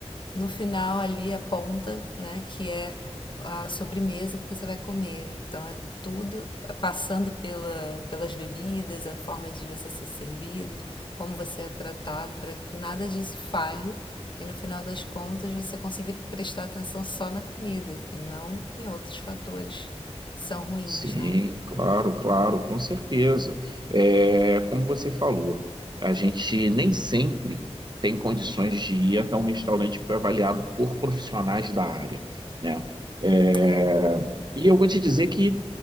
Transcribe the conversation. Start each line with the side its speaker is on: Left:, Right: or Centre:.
Left: no final ali a ponta, né, que é a sobremesa que você vai comer. Então é tudo é, passando pela, pelas bebidas, a forma de você ser servido, como você é tratado, para que nada disso falhe e no final das contas você consiga prestar atenção só na comida e não em outros fatores que são ruins,
Right: Sim,
Left: né?
Right: claro, claro, com certeza. É, como você falou, a gente nem sempre tem condições de ir até um restaurante que foi avaliado por profissionais da área, né?
Left: É,
Right: É, E eu vou te dizer que